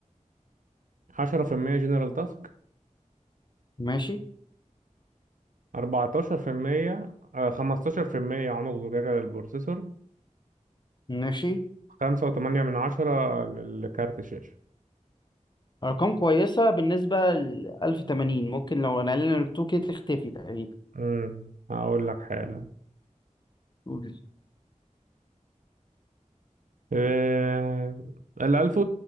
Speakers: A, on the right; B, on the left.
A: 10% جنرال تاسك
B: ماشي
A: 14% آه، 15% عنق زجاجة للبروسيسور
B: ماشي
A: 5.8 من عشرة للكارت الشاشة
B: ارقام كويسة بالنسبة ل 1080 ممكن لو نقلنا ال 2K تختفي تقريبا
A: امم هقول لك حالا
B: قول
A: آه، ال 1000